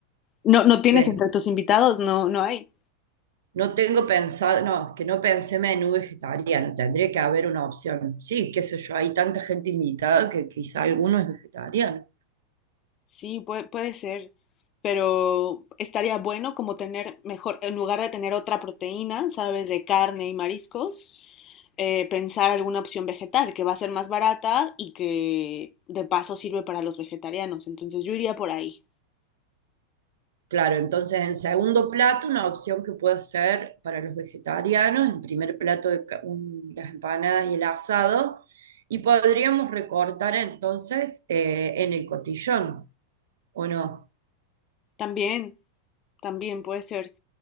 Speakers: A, on the left; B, on the right.
A: no, no tienes
B: ¿qué?
A: entre tus invitados, no, no hay.
B: No tengo pensado, no, es que no pensé menú vegetariano, tendría que haber una opción. Sí, qué sé yo, hay tanta gente invitada que quizá alguno es vegetariano.
A: Sí, puede, puede ser, pero estaría bueno como tener mejor, en lugar de tener otra proteína, ¿sabes? De carne y mariscos, eh, pensar alguna opción vegetal que va a ser más barata y que de paso sirve para los vegetarianos. Entonces yo iría por ahí.
B: Claro, entonces en segundo plato una opción que puede ser para los vegetarianos, en primer plato de ca- un- las empanadas y el asado, y podríamos recortar entonces eh, en el cotillón, ¿o no?
A: También, también puede ser.